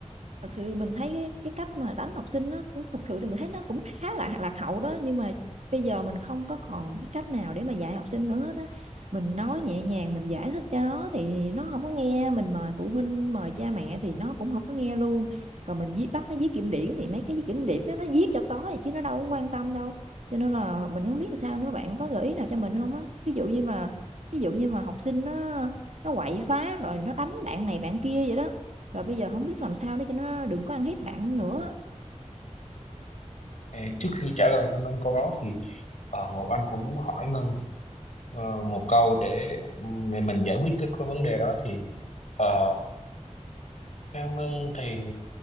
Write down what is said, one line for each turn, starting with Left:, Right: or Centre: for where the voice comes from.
Right: thật sự thì mình thấy cái, cái cách mà đánh học sinh nó cũng- thật sự thì mình thấy nó cũng khá là lạc hậu đó nhưng mà bây giờ mình không có còn một cái cách nào để mà dạy học sinh nữa đó mình nói nhẹ nhàng mình giải thích cho nó thì nó không có nghe mình mời phụ huynh mời cha mẹ thì nó cũng không có nghe luôn còn mình viết bắt nó viết kiểm điểm thì mấy cái kiểm điểm đó nó viết cho có vậy chứ nó đâu có quan tâm đâu cho nên là mình không biết làm sao nữa bạn có gợi ý nào cho mình không á ví dụ như mà ví dụ như mà học sinh nó nó quậy phá rồi nó đánh bạn này bạn kia vậy đó rồi bây giờ không biết làm sao để cho nó đừng có ăn hiếp bạn nữa
Left: Ê, Trước khi trả lời cho Ngân câu đó thì ờ, Ngọc Anh cũng muốn hỏi Ngân Ờ, một câu để, để mình giải quyết cái, cái vấn đề đó thì ờ, theo Ngân thì